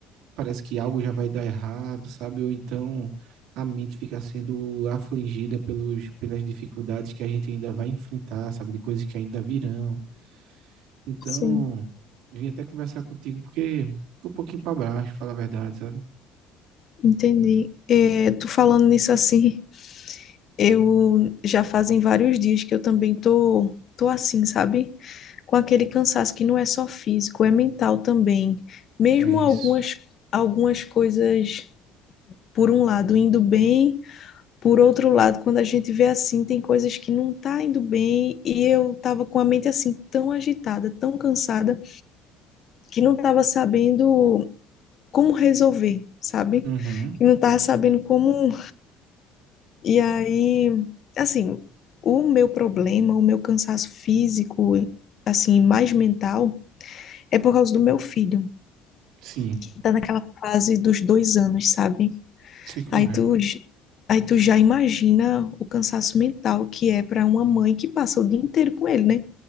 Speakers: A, on the right; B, on the left.
A: parece que algo já vai dar errado, sabe? Ou então a mente fica sendo afligida pelos, pelas dificuldades que a gente ainda vai enfrentar, sabe? De coisas que ainda virão. Então,
B: Sim,
A: vim até conversar contigo porque ficou um pouquinho para baixo, falar a verdade, sabe?
B: entendi. É, tu falando nisso assim, eu já fazem vários dias que eu também tô, tô assim, sabe? Com aquele cansaço que não é só físico, é mental também. Mesmo
A: É isso.
B: algumas, algumas coisas, por um lado, indo bem, por outro lado, quando a gente vê assim, tem coisas que não tá indo bem, e eu tava com a mente assim, tão agitada, tão cansada, que não tava sabendo. como resolver, sabe?
A: Uhum.
B: Que não tava sabendo como. E aí, assim, o meu problema, o meu cansaço físico, assim, mais mental, é por causa do meu filho,
A: Sim.
B: que tá naquela fase dos dois anos, sabe?
A: Sei como
B: Aí tu,
A: é, pô.
B: j- aí tu já imagina o cansaço mental que é para uma mãe que passa o dia inteiro com ele, né?